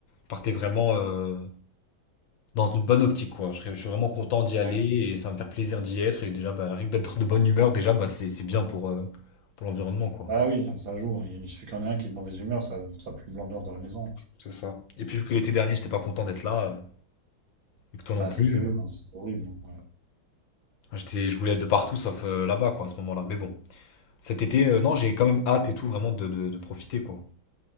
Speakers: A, on the left; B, on the right.
A: Partez vraiment euh, dans une bonne optique, quoi. Je, serais- je suis vraiment content d'y aller
B: Ouais.
A: et ça va me faire plaisir d'y être. Et déjà, bah, rien que d'être de bonne humeur, déjà, bah, c'est, c'est bien pour, euh, pour l'environnement, quoi.
B: Bah oui, hein, ça joue, hein. Il suffit qu'il y en ait un qui est de mauvaise humeur, ça, ça plombe l'ambiance dans la maison. hein.
A: C'est ça. Et puis, vu que l'été dernier, j'étais pas content d'être là, euh, et que toi non
B: Bah
A: plus,
B: ça s'est vu, hein, c'est horrible. hein,
A: j'étais, je voulais être de partout sauf euh, là-bas, quoi, à ce moment-là. Mais bon, cet été, euh, non, j'ai quand même hâte et tout, vraiment, de, de, de profiter, quoi.